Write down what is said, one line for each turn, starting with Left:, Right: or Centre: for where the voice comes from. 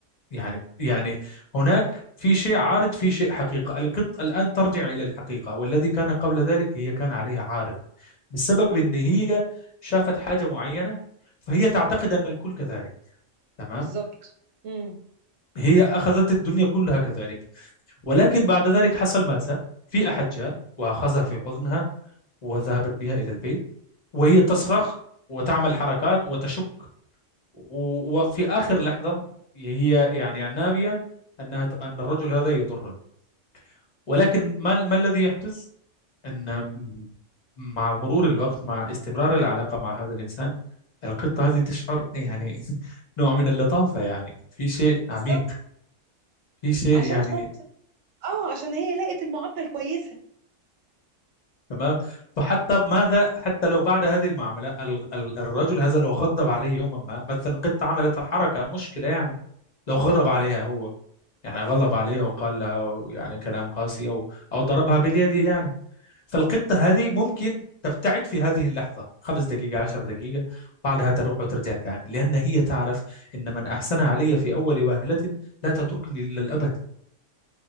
Left: يعني يعني هناك في شيء عارض في شيء حقيقة القط الآن ترجع إلى الحقيقة والذي كان قبل ذلك هي كان عليها عارض بسبب إن هي شافت حاجة معينة فهي تعتقد أن الكل كذلك تمام
Right: بالظبط امم
Left: هي أخذت الدنيا كلها كذلك ولكن بعد ذلك حصل ماذا في أحد جاء وأخذها في حضنها وذهبت بها إلى البيت وهي تصرخ وتعمل حركات وتشك و- وفي آخر لحظة هي يعني النابية أنها أن الرجل هذا يضرني ولكن ما ما الذي يحدث أن مع مرور الوقت مع استمرار العلاقة مع هذا الإنسان القطة هذه تشعر يعني <laughs> نوع من اللطافة يعني في شيء
Right: بالظبط
Left: عميق في شيء
Right: عشان
Left: يعني
Right: خاطر اه عشان هي لقت المعادلة الكويسة
Left: تمام فحتى ماذا حتى لو بعد هذه المعاملة ال- ال- الرجل هذا لو غضب عليه يوما ما مثلا قط عملت حركة أو مشكلة يعني لو غضب عليها هو يعني غضب عليها وقال لها يعني كلام قاسي أو أو ضربها باليد يعني فالقطة هذه ممكن تبتعد في هذه اللحظة خمس دقيقة عشر دقيقة بعدها تروح وترجع تاني لأن هي تعرف إن من أحسن علي في أول وهلة لا تتركني للأبد